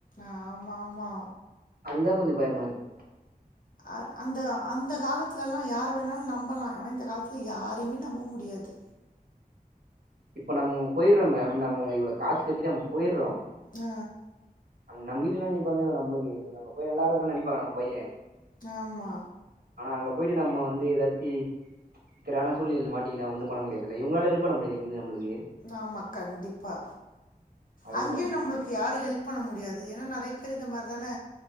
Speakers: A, on the left; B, on the right.
A: ஆம்மாம்மா
B: அதுதான் கொஞ்சோ பயமா இருக்கு
A: அந் அந்த அந்த காலத்தல்லா யார வேணாலு நம்பலா ஆனா இந்த காலத்தில யாரையுமே நம்ப முடியாது
B: இப்ப நம்ம போயிர்றோ மேம நம்ம இவ்ளோ காசு கட்டி நம்ம போயிர்றோ
A: ஆ
B: அங்க நம் வீட்லல்லா நிப்பாங்க நம்ளுக்கு அங்க போய் நல்லா இருக்கானானு நினப்பாங்க நம் பையே
A: ஆம்மா
B: அங்க போயிட்டு நம்ம வந்து எதாச்சி இக்கற்றான சூழ்நிலைல மாட்டிகின்னா ஒண்ணு முடியாதுல்ல இவுங்களால ஹெல்ப் பண்ண முடியாதுல்ல இங்குந்து நம்மளுக்கு
A: ஆமா கண்டிப்பா
B: அதுக்குதான்
A: அங்கேயு நம்ளுக்கு யாரு ஹெல்ப் பண்ண முடியாது ஏனா நெறைய பேரு இந்த மாரி தான